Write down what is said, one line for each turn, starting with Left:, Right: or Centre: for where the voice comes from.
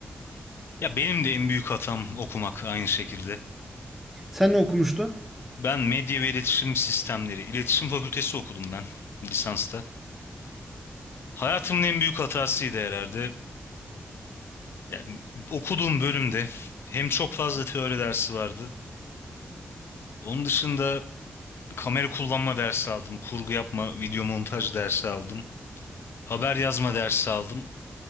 Left: Ya benim de en büyük hatam okumak aynı şekilde.
Centre: Sen ne okumuştun?
Left: Ben medya ve iletişim sistemleri, iletişim fakültesi okudum ben lisansta. Hayatımın en büyük hatasıydı herhalde. Yani okuduğum bölümde hem çok fazla teori dersi vardı. Onun dışında Kamera kullanma dersi aldım. Kurgu yapma, video montaj dersi aldım. Haber yazma dersi aldım.